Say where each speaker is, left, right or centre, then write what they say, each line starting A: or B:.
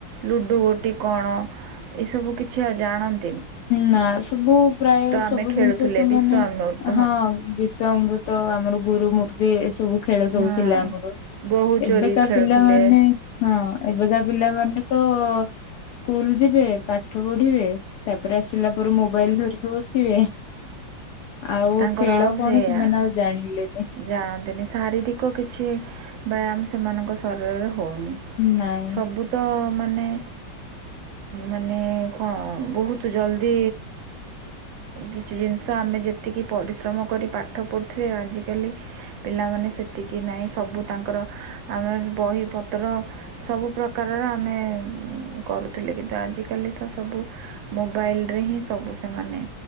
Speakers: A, on the right; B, on the left.
A: ଲୁଡ଼ୁ ଗୋଟି କଣ ଏ ସବୁ କିଛି ଆଉ ଜାଣନ୍
B: ନା ସବୁ ପ୍ରାୟ ସବୁ
A: ଆମେ ଖେଳୁଥିଲେ
B: ଜିନିଷ ସେମାନେ
A: ବିଷ ଅମୃତ
B: ହଁ ବିଷ, ଅମୃତ୍ ତ ଆମର ଗୁରୁ ମୂର୍ତ୍ତି ଏ ସବୁ ଖେଳ ସବୁ
A: ହଁ
B: ଥିଲା ଆମର।
A: ବୋହୂ
B: ଏବେକା
A: ଚୋରି ଖେଳୁଥିଲେ
B: ପିଲାମାନେ ହଁ ଏବେକା ପିଲାମାନେ ତ ସ୍କୁଲ ଯିବେ, ପାଠ ପଢିବେ ତାପରେ ଆସିଲା ପରେ ମୋବାଇଲ୍ ଧରିକି ବସିବେ। ଆଉ
A: ତାଙ୍କର
B: ଖେଳ
A: ଆଉ
B: କଣ
A: ସେଇଆ
B: ସେମାନେ ଆଉ ଜାଣିଲେନି।
A: ଜାଣନ୍ତିନି। ଶାରୀରିକ କିଛି ବ୍ୟାୟାମ୍ ସେମାନଙ୍କ ଶରୀରରେ ହଉନି।
B: ନାଇଁ
A: ସବୁ ତ ମାନେ ମାନେ କଣ ବହୁତୁ ଜଲ୍ଦି କିଛି ଜିନିଷ ଆମେ ଯେତିକି ପରିଶ୍ରମ କରି ପାଠ ପଢ଼ୁଥିଲେ। ଆଜି କାଲି ପିଲାମାନେ ସେତିକି ନାହିଁ। ସବୁ ତାଙ୍କର ଆମେ ବହି ପତ୍ର ସବୁ ପ୍ରକାରର ଆମେ କରୁଥିଲେ। କିନ୍ତୁ ଆଜିକାଲି ତ ସବୁ ମୋବାଇଲି ରେ ହିଁ ସବୁ ସେମାନେ